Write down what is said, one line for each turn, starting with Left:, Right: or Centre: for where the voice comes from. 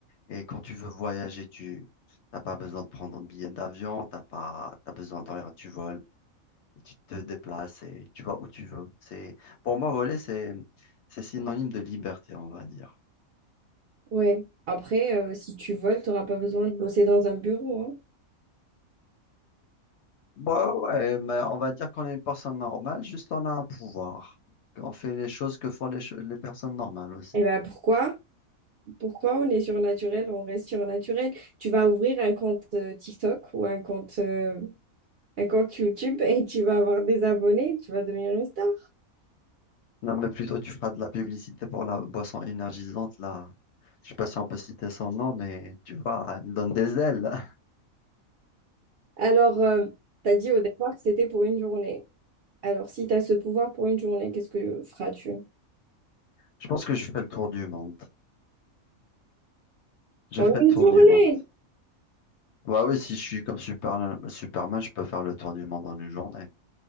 Left: Et quand tu veux voyager, tu n'as pas besoin de prendre un billet d'avion, t'as pas, t'as besoin de rien. Tu voles, tu te déplaces et tu vas où tu veux. C'est, pour moi, voler, c'est, c'est synonyme de liberté, on va dire.
Right: Ouais. Après, euh, si tu voles, tu n'auras pas besoin de bosser dans un bureau. hein.
Left: Bah ouais, mais on va dire qu'on est une personne normale, juste on a un pouvoir. On fait les choses que font les, cho- les personnes normales aussi.
Right: Et ben pourquoi? pourquoi on est surnaturel, on reste surnaturel. Tu vas ouvrir un compte euh, TikTok ou un compte, euh, un compte YouTube et tu vas avoir des abonnés, tu vas devenir une star.
Left: Non, mais plutôt tu feras de la publicité pour la boisson énergisante, là. Je sais pas si on peut citer son nom, mais tu vois, elle donne des ailes. <laughs>
Right: Alors, tu as dit au départ que c'était pour une journée. Alors, si tu as ce pouvoir pour une journée, qu'est-ce que feras-tu?
Left: Je pense que je fais le tour du monde. J'ai
Right: En
Left: fait le
Right: une
Left: tour
Right: journée!
Left: du monde. Bah oui, si je suis comme Super- Superman, je peux faire le tour du monde en une journée.